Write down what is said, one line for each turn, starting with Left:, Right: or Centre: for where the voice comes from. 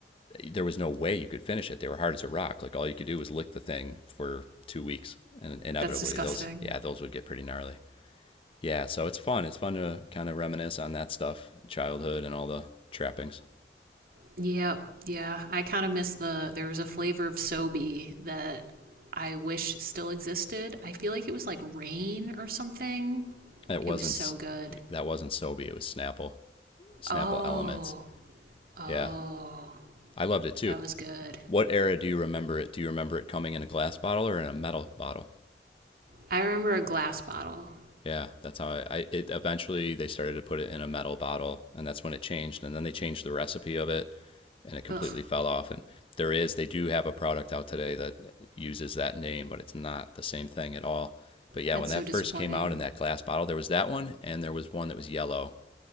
Left: there was no way you could finish it. They were hard as a rock. Like all you could do was lick the thing for two weeks, and inevitably
Right: that's disgusting.
Left: those yeah those would get pretty gnarly. Yeah, so it's fun. It's fun to kind of reminisce on that stuff, childhood, and all the trappings.
Right: Yep. Yeah, I kind of miss the. There was a flavor of Sobe that I wish still existed. I feel like it was like rain or something.
Left: It wasn't
Right: It was so good.
Left: that wasn't Sobe. It was Snapple, Snapple
Right: Oh,
Left: Elements.
Right: oh,
Left: Yeah, I loved it too.
Right: that was good.
Left: What era do you remember it? Do you remember it coming in a glass bottle or in a metal bottle?
Right: I remember a glass bottle.
Left: Yeah, that's how I, I it eventually they started to put it in a metal bottle and that's when it changed and then they changed the recipe of it and it completely
Right: Ugh,
Left: fell off and there is they do have a product out today that uses that name but it's not the same thing at all. But yeah,
Right: that's
Left: when that
Right: so disappointing.
Left: first came out in that glass bottle, there was that one and there was one that was yellow.